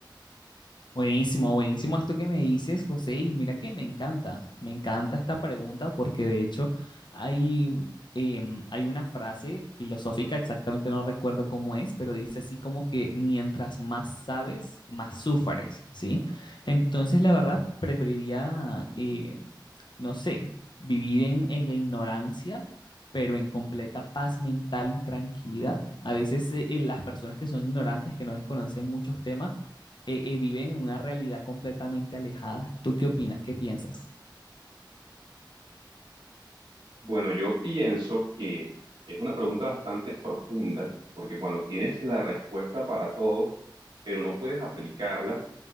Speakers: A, on the left (about 65°); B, on the right (about 70°).
A: Buenísimo, buenísimo esto que me dices, José, y mira que me encanta, me encanta esta pregunta porque de hecho hay, em, hay una frase filosófica, exactamente no recuerdo cómo es, pero dice así como que mientras más sabes, más sufres, ¿sí? Entonces la verdad preferiría, eh, no sé, vivir en, en ignorancia, pero en completa paz mental y tranquilidad. A veces eh, las personas que son ignorantes, que no desconocen muchos temas, eh, eh, viven en una realidad completamente alejada. ¿Tú qué opinas? ¿Qué piensas?
B: Bueno, yo pienso que es una pregunta bastante profunda, porque cuando tienes la respuesta para todos, pero no puedes aplicarla,